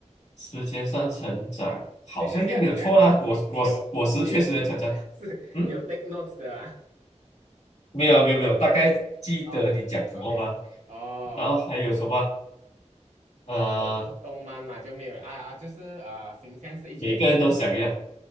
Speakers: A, on the left (about 75°); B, on the right (about 80°).
A: 时间上成长，好像又没有错啦。
B: 哎，等一下等一下，你你你有你
A: 果果果实确实在成长。
B: <laughs> 是你有
A: 嗯，
B: take notes 的啊？
A: 没有啊没有没有，大概记得你讲什么吗？
B: 哦，OK，哦。
A: 然后还有什么？呃，
B: 然后就是动漫嘛，就没有了啊啊，就是呃，形象是一圈一圈的。
A: 每个人都想一样，